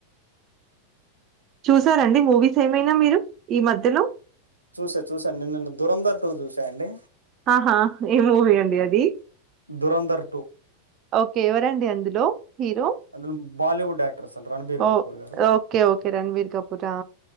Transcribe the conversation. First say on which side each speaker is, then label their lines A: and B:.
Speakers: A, on the right (about 35°); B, on the right (about 80°).
A: చూసారండి మూవీస్ ఏమైనా మీరు ఈ మధ్యలో?
B: చూసా చూసా నిన్న దురంధర్ టూ చూసా అండి
A: ఆహా ఏ మూవీ అండి అది.
B: 'దురంధర్
A: ఓకే ఎవరండి అందులో హీరో
B: అందులో బాలీవుడ్ యాక్టర్స్ అంట రణబీర్
A: ఓ
B: కపూర్ గారు
A: ఓకే. ఓకే. 'రణబీర్ కపూరా'.